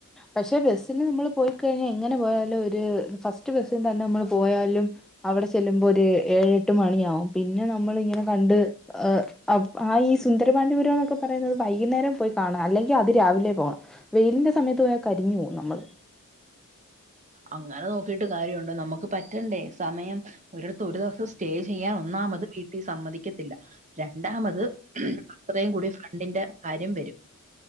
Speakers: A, in the centre; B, on the right (about 35°).
A: പക്ഷെ ബെസ്സിൽ നമ്മള് പോയിക്കഴിഞ്ഞാൽ എങ്ങനെ പോയാലും ഒരു ഫസ്റ്റ് ബസ്സിൽ തന്നെ നമ്മള് പോയാലും. അവടെ ചെല്ലുമ്പോ ഒര് ഏഴെട്ട് മണിയാവും പിന്നെ നമ്മള് ഇങ്ങെനെ കണ്ട് ഏഹ് ആഹ് ഈ സുന്ദരപാണ്ഡിപുരം എന്നൊക്കെ പറയുന്നത് വൈകുന്നേരം പോയി കാണാം അല്ലെങ്കി അതി രാവിലെ പോകണം വെയിലിന്റെ സമയത്ത് പോയാൽ കരിഞ്ഞു പോവും നമ്മള്.
B: അങ്ങെനെ നോക്കിട്ട് കാര്യോണ്ടൊ നമക്ക് പറ്റണ്ടേ സമയം. ഒരിടെത്ത് ഒരു ദിവസം സ്റ്റേ ചെയ്യാൻ ഒന്നാമത് വീട്ടി സമ്മതിക്കത്തില്ല. രണ്ടാമെത് അത്രേം കൂടിയെ ഫ്രാണ്ടിന്റെ കാര്യം വെരും.